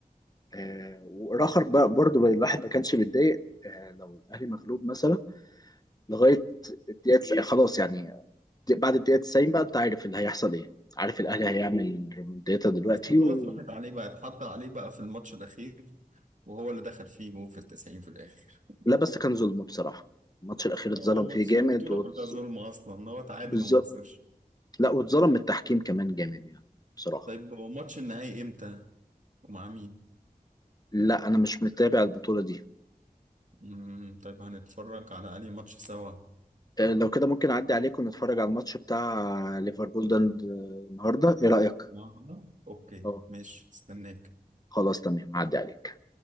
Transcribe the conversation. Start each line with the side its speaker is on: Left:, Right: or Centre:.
Left: آه، والاخر بقى برضه الواحد ما كانش بيتضايق آه، لو الاهلي مغلوب مثلا لغايه الدقيقه تس- خلاص يعني بعد الدقيقه 90 بقى انت عارف اللي هيحصل ايه عارف الاهلي هيعمل ريمونتادا
Right: <laughs>
Left: دلوقتي
Right: بس خلاص
Left: و...
Right: راحت عليه بقى اتحط عليه بقى في الماتش الاخير وهو اللي دخل فيه جون في التسعين في الاخر
Left: لا بس كان ظلم بصراحه الماتش الاخير اتظلم
Right: هو الماتش
Left: فيه جامد
Right: البطوله
Left: واتز-
Right: كلها ظلم اصلا ان هو تعادل
Left: بالظبط
Right: وما خسرش
Left: لا واتظلم من التحكيم كمان جامد يعني بصراحه
Right: طيب هو ماتش النهائي امتى ومع مين
Left: لا انا مش متابع البطوله دي
Right: امم طيب هنتفرج على انهي ماتش سوا
Left: آه، لو كده ممكن اعدي عليكم نتفرج على الماتش بتاع ليفربول ده النهارده ايه رايك
Right: معنا اوكي
Left: اه
Right: ماشي استناك
Left: خلاص تمام اعدي عليك